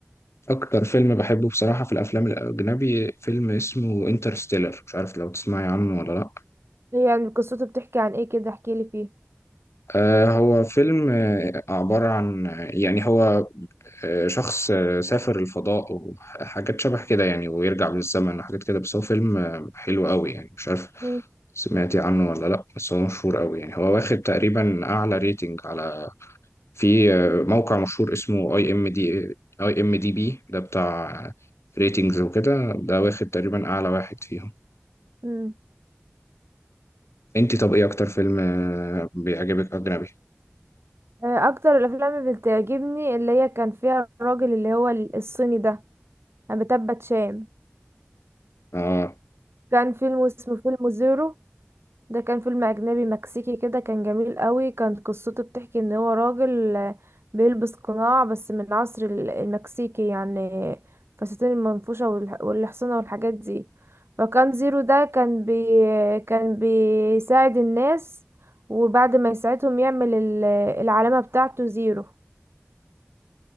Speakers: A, on the left (about 90°); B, on the right (about 65°).
A: اكتر فيلم بحبه بصراحة في الافلام الاجنبي فيلم اسمه انترستيلر مش عارف لو تسمعي عنه ولا لا
B: هي يعني قصته بتحكي عن ايه كده احكي لي فيه
A: آه هو فيلم آه، عبارة عن يعني هو آه، شخص آه، سافر الفضاء وحاجات شبه كده يعني ويرجع بالزمن وحاجات كده بس هو فيلم آه، حلو قوي يعني مش عارف
B: مم.
A: سمعتي عنه ولا لا بس هو مشهور قوي يعني هو واخد تقريبا اعلى ريتنج على في آه، موقع مشهور اسمه اي ام دي اي ام دي بي ده بتاع ريتنجز وكده ده واخد تقريبا اعلى واحد فيهم
B: مم.
A: انت طب ايه اكتر فيلم آه، بيعجبك اجنبي
B: آه، اكتر الافلام اللي بتعجبني اللي هي كان فيها الراجل اللي هو ال- الصيني ده بتبت شام
A: اه
B: كان فيلم اسمه فيلم زيرو ده كان فيلم أجنبي مكسيكي كده كان جميل قوي كانت قصته بتحكي إن هو راجل آه، بيلبس قناع بس من العصر ال- المكسيكي يعني فساتين المنفوشة والح- والحصانة والحاجات دي فكان زيرو ده كان بي كان بيساعد الناس وبعد ما يساعدهم يعمل ال- العلامة بتاعته زيرو